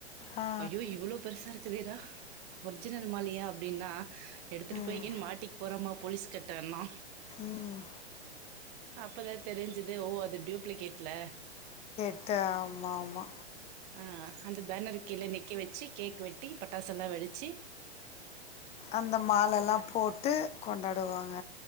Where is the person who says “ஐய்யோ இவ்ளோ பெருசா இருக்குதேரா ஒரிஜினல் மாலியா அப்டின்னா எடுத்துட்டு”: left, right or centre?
Right